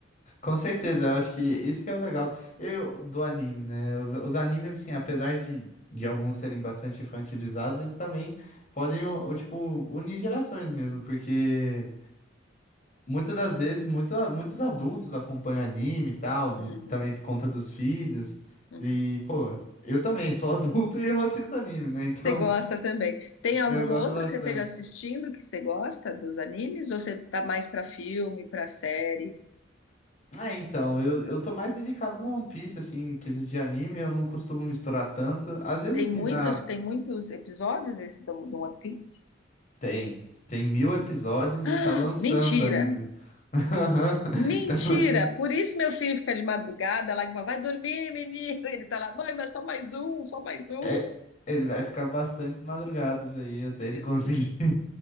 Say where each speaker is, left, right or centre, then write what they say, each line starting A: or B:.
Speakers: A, on the left; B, on the left.
A: com certeza. Eu acho que isso que é o legal eu, do anime, né? Os, os animes, assim, apesar de, de alguns serem bastante infantilizados, eles também podem, o, o, tipo, unir gerações mesmo, porque. Muitas das vezes, muitos, muitos adultos acompanham anime e tal,
B: Uhum,
A: também por conta dos filhos.
B: uhum.
A: E, pô, eu também sou adulto <laughs> e eu assisto anime, né? Então,
B: Você gosta também. Tem algum
A: eu gosto
B: outro
A: bastante.
B: que você esteja assistindo que você gosta dos animes? Ou você tá mais para filme, para série?
A: É, então, eu, eu tô mais dedicado no One Piece, assim, em quesito de anime, eu não costumo misturar tanto. Às vezes
B: Tem
A: me
B: muitos,
A: dá.
B: tem muitos episódios esse do, do One Piece?
A: Tem, tem mil episódios
B: Ah,
A: e tá lançando
B: mentira!
A: ainda.
B: Hum.
A: <laughs>
B: Mentira!
A: Então, já-
B: Por isso meu filho fica de madrugada lá e fala, vai dormir, menino. Ele tá lá, mãe, mas só mais um, só mais um.
A: é, ele vai ficar bastante madrugadas aí até ele
B: Desgrila.
A: conseguir.